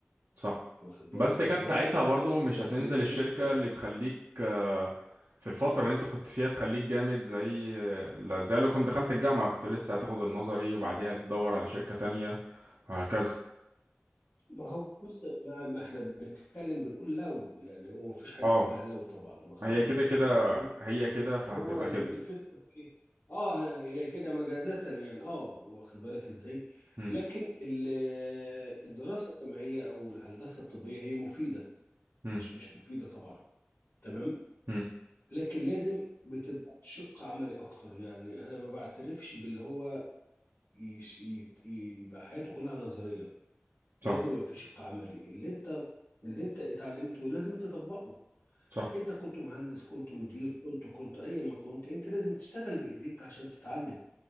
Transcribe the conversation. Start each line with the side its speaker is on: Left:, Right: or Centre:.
Right: صح
Left: واخد بالك
Right: بس كان
Left: ازاي
Right: ساعتها برضو مش
Left: بس
Right: هتنزل
Left: ليه
Right: الشركة
Left: ليه؟
Right: اللي تخليك آه، في الفترة اللي انت كنت فيها تخليك جامد زي آه، لا- زي لو كنت دخلت الجامعة كنت لسه هتاخد النظري وبعديها تدور على شركة تانية وهكذا
Left: ما هو بص ما, ما احنا بنتكلم بنقول لو يعني هو مفيش حاجة
Right: اه
Left: اسمها لو طبعا واخد
Right: هي
Left: بالك
Right: كده كده
Left: انت ازاي
Right: هي كده فهتبقى
Left: هو ال-
Right: كده
Left: الفكرة في ايه اه هي كده مجازة يعني اه واخد بالك ازاي
Right: مم،
Left: لكن ال- الدراسة الجامعية او الهندسة الطبية هي مفيدة
Right: مم،
Left: مش مش مفيدة طبعا تمام
Right: مم.
Left: لكن لازم بتبقى بشق عملي اكتر يعني انا ما بعترفش باللي هو يش- يت- يبقى حياته كلها نظرية لازم
Right: صح
Left: يبقى في شق عملي اللي انت اللي انت اتعلمته لازم تطبقه
Right: صح
Left: انت كنت مهندس كنت مدير كنت كنت ايا ما كنت انت لازم تشتغل بايديك عشان تتعلم